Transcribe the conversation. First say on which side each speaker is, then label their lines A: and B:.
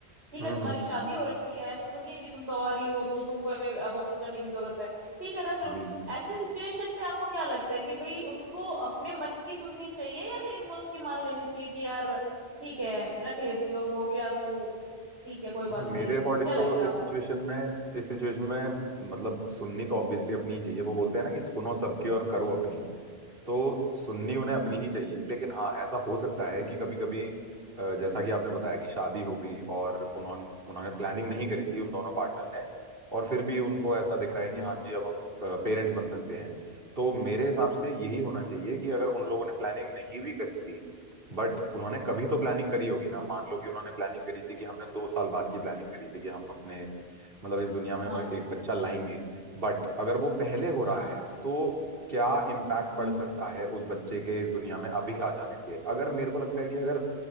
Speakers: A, on the right; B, on the right.
A: ठीक
B: हम्म
A: है तुम्हारी
B: हम्म,
A: शादी हो रखी है ऐसा तो नहीं है कि तुम कवारी हो तो तुमको एक अबॉर्शन करने की जरूरत है ठीक है रख लो
B: जी
A: ऐसी सिचुएशन में आपको क्या लगता है कि भाई उनको अपने मन की सुननी चाहिए या फिर इन लोग की मान लेनी चाहिए कि यार ठीक है रख लेती हूँ अब हो गया तो ठीक है कोई बात
B: हाँ, मेरे
A: नहीं क्या
B: अकॉर्डिंग
A: लगता
B: तो इस
A: है आपको
B: सिचुएशन में इस सिचुएशन में मतलब सुननी तो ऑब्वियसली अपनी ही चाहिए वो बोलते हैं ना कि सुनो सबकी और करो अपनी तो सुननी उन्हें
A: हम्म
B: अपनी ही चाहिए लेकिन हाँ ऐसा हो सकता है कि कभी कभी जैसा कि आपने बताया कि शादी हो गई और उन्होंने उन्होंने प्लानिंग नहीं करी थी उन दोनों पार्टनर ने और फिर भी उनको ऐसा दिख रहा है कि
A: हम्म
B: हाँ जी अब हम पेरेंट्स बन सकते हैं तो मेरे हिसाब से यही
A: हम्म,
B: होना
A: हम्म,
B: चाहिए कि अगर उन लोगों ने प्लानिंग नहीं भी करी थी बट उन्होंने कभी तो प्लानिंग करी होगी ना मान लो कि उन्होंने प्लानिंग करी थी कि हमने दो साल बाद की प्लानिंग करी थी कि हम अपने मतलब इस दुनिया में हम
A: हाँ हाँ
B: एक बच्चा लाएंगे बट अगर वो पहले हो रहा
A: हाँ
B: है तो क्या इम्पैक्ट पड़
A: हम्म
B: सकता है उस बच्चे के इस दुनिया में अभी आ जाने से अगर मेरे को लगता है कि अगर